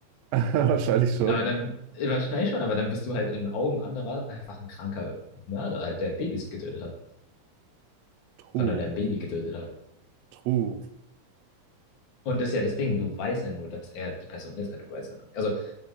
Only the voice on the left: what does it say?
Aber dann, äh, wahrscheinlich schon, aber dann bist du halt in den Augen anderer einfach ein kranker Mörder, halt, der Babys getötet hat.
Oder der ein Baby getötet hat.
Und das ist ja das Ding, du weißt ja nur, dass er die Person ist, halt, du weißt ja noch nicht. Also,